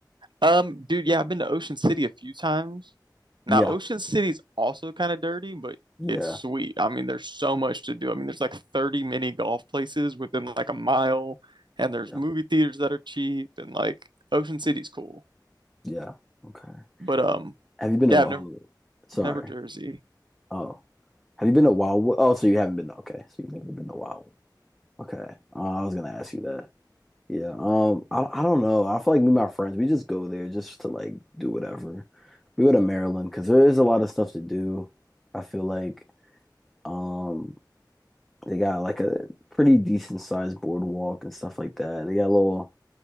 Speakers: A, on the right; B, in the centre.
A: Um, dude, yeah, I've been to Ocean City a few times. Now,
B: Yeah,
A: Ocean City's also kind of dirty, but
B: yeah,
A: it's sweet. I mean, there's so much to do. I mean, there's like 30 mini golf places within like a mile, and there's
B: yeah,
A: movie theaters that are cheap, and like Ocean City's cool.
B: yeah. Okay.
A: But um,
B: Have you been to?
A: yeah,
B: Oh,
A: I've never
B: sorry.
A: never Jersey.
B: Oh, have you been to Wildwood? Oh, so you haven't been. Okay, so you've never been to Wildwood. Okay. Uh, I was gonna ask you that. Yeah. Um, I I don't know. I feel like me and my friends, we just go there just to like do whatever. We go to Maryland because there is a lot of stuff to do. I feel like um they got like a pretty decent sized boardwalk and stuff like that. They got little